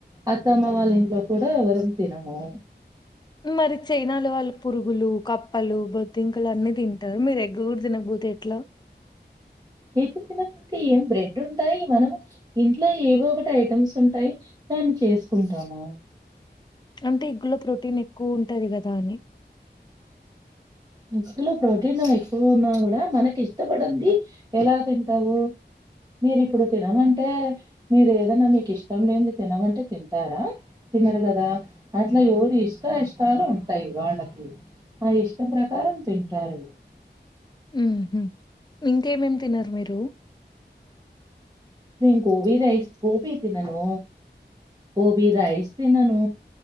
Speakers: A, on the right; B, on the left.
A: అత్తమ్మ వాళ్ళ ఇంట్లో కూడ ఎవరం తినము
B: మరి చైనాలో వాళ్ళు పురుగులు కప్పలు బొత్తింకలు అన్ని తింటారు మీరు ఎగ్ కూడ తినకపోతే ఎట్లా
A: ఎగ్ తినకుంటే ఏం బ్రెడ్ ఉంటాయి మనం ఇంట్లో ఏవో ఒకటి ఐటమ్స్ ఉంటాయి దన్ని చేసుకుంటాము
B: అంటే ఇగ్గులో ప్రోటీన్ ఎక్కువ ఉంటది కదా అని
A: ఎగ్గు లో ప్రోటీన్ ఎక్కువ ఉన్నా కూడా మనకి ఇష్టపడంది ఎలా తింటావు మీరి ఇప్పుడు తిననంటే మీరు ఏదన్నా మీకు ఇష్టం లేని తినమంటే తిం టారా తినరు కదా అట్లా ఎవరి ఇష్ట ఇష్టాలు ఉంటాయి వాళ్ళకి ఆ ఇష్టం ప్రకారం తింటారు
B: ఉహు ఇంకేమేమి తినరు మీరు
A: నేన్ గోబి రైస్ గోబీ తినను గోబీ రైస్ తినను